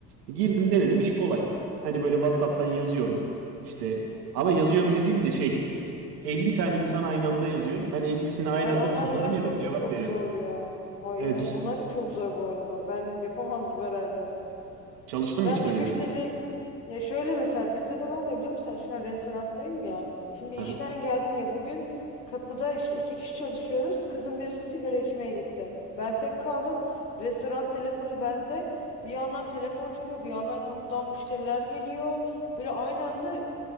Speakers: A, on the right (about 70°); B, on the left (about 75°).
A: E, Girdim denedim iş kolay. Hani böyle WhatsApp'tan yazıyorum işte ama
B: Hı
A: yazıyorum
B: hı.
A: dediğim de şey 50 tane insan aynı anda yazıyor. Ben 50'sine aynı
B: Ay
A: anda
B: onlarla
A: tasarım
B: uğraşmak
A: yapıp cevap
B: da çok
A: veriyorum.
B: zor ya. Ay
A: Evet
B: evet
A: hiç
B: onları çok zor bu arada. Ben yapamazdım herhalde.
A: çalıştın
B: Ben
A: mı hiç böyle
B: bir müşteri
A: bir yerde?
B: ya şöyle mesela bizde de ne oluyor biliyor musun? Yani Şu an restoranttayım ya. Şimdi işten
A: Aha.
B: geldim ya bugün kapıda işte iki kişi çalışıyoruz. Kızın birisi sigara içmeye gitti. Ben tek kaldım. Restoran telefonu bende. Bir yandan telefon çalıyor, bir yandan kapıdan müşteriler geliyor. Böyle aynı anda ı,